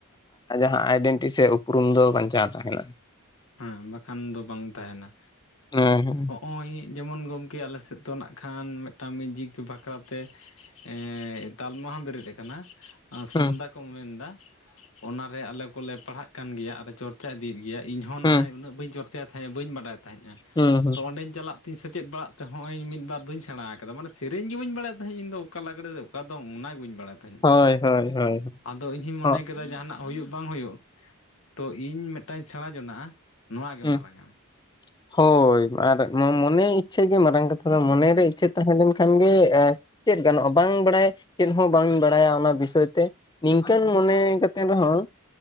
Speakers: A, on the left; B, on the left.
A: ᱡᱟᱦᱟᱸ ᱟᱭᱰᱮᱱᱴᱤᱴᱤ ᱥᱮ ᱩᱯᱨᱩᱢ ᱫᱚ ᱵᱟᱧᱪᱟᱣ ᱛᱟᱦᱮᱱᱟ᱾
B: ᱦᱮᱸ ᱵᱟᱠᱷᱟᱱ ᱫᱚ ᱵᱟᱝ ᱛᱟᱦᱮᱱᱟ᱾
A: ᱦᱮᱸ ᱦᱮᱸ
B: ᱱᱚᱜᱼᱚᱭ ᱡᱮᱢᱚᱱ ᱜᱚᱢᱠᱮ ᱟᱞᱮ ᱥᱮᱫ ᱫᱚ ᱱᱟᱜ ᱠᱷᱟᱱ ᱢᱤᱫᱴᱟᱝ ᱢᱤᱭᱡᱤᱠ ᱵᱟᱠᱷᱨᱟ ᱛᱮ ᱮ ᱛᱟᱞᱢᱟ ᱦᱚᱸ ᱵᱮᱨᱮᱫ ᱠᱟᱱᱟ
A: ᱦᱩᱸ
B: ᱥᱟᱢᱫᱟ ᱠᱚᱢ ᱢᱮᱱᱫᱟ ᱚᱱᱟᱨᱮ ᱟᱞᱮ ᱠᱚᱞᱮ ᱯᱟᱲᱦᱟᱜ ᱠᱟᱱ ᱜᱮᱭᱟ ᱟᱨᱞᱮ ᱪᱚᱨᱪᱟ ᱤᱫᱤᱭᱮᱫ ᱜᱮᱭᱟ ᱩᱱᱟᱹᱜ
A: ᱦᱩᱸ
B: ᱵᱟᱹᱧ ᱪᱚᱨᱪᱟᱭ ᱛᱟᱦᱮᱸᱜᱼᱟ ᱵᱟᱹᱧ ᱵᱟᱰᱟᱭ ᱛᱟᱦᱮᱸᱜᱼᱟ
A: ᱦᱩᱸ ᱦᱩᱸ
B: ᱛᱚ ᱚᱸᱰᱮᱧ ᱪᱟᱞᱟᱜ ᱛᱤᱧ ᱥᱮᱪᱮᱫ ᱵᱟᱲᱟᱜ ᱛᱮᱦᱚᱧ ᱢᱤᱫ ᱵᱟᱨ ᱫᱚᱧ ᱥᱮᱬᱟ ᱟᱠᱟᱫᱟ᱾ᱢᱟᱱᱮ ᱥᱮᱨᱮᱧ ᱜᱮ ᱵᱟᱹᱧ ᱵᱟᱲᱟᱭᱮᱫ ᱛᱟᱦᱮᱸᱫ ᱤᱧᱫᱚ ᱚᱠᱟ ᱞᱟᱜᱽᱲᱮ ᱫᱚ ᱚᱠᱟ ᱫᱚ ᱚᱱᱟᱜᱮ ᱵᱟᱹᱧ ᱵᱟᱲᱟᱭ ᱛᱟᱦᱮᱸᱫ
A: ᱦᱳᱭ ᱦᱳᱭ ᱦᱳᱭ
B: ᱟᱫᱚ ᱤᱧᱦᱚᱧ ᱢᱚᱱᱮ
A: ᱦᱚᱜ
B: ᱠᱮᱫᱟ ᱡᱟᱦᱟᱱᱟᱜ ᱦᱩᱭᱩᱜ ᱵᱟᱝ ᱦᱩᱭᱩᱜ ᱛᱚ ᱤᱧ ᱢᱤᱫᱴᱟᱝᱧ ᱥᱮᱬᱟ ᱡᱚᱱᱟᱜ-ᱟ ᱱᱚᱣᱟ ᱜᱮ
A: ᱦᱩᱸ
B: ᱢᱟᱨᱟᱝ ᱟ
A: <inaudible> ᱦᱳᱭ ᱟᱨ ᱱᱚᱣᱟ ᱢᱚᱱᱮ ᱤᱪᱪᱷᱟᱹ ᱜᱮ ᱢᱟᱨᱟᱝ ᱠᱟᱛᱷᱟ ᱫᱚ ᱢᱚᱱᱮᱨᱮ ᱤᱪᱪᱷᱟᱹ ᱛᱟᱦᱮᱸ ᱞᱮᱱ ᱠᱷᱟᱱ ᱜᱮ ᱪᱮᱫ ᱜᱟᱱᱚᱜᱼᱟ ᱵᱟᱝ ᱵᱟᱲᱟᱭ ᱪᱮᱫ ᱦᱚᱸ ᱵᱟᱝ ᱵᱟᱲᱟᱭᱟ ᱚᱱᱟ ᱵᱤᱥᱚᱭ ᱛᱮ ᱱᱤᱝᱠᱟᱹᱱ ᱢᱚᱱᱮ ᱠᱟᱛᱮ ᱨᱮᱦᱚᱸ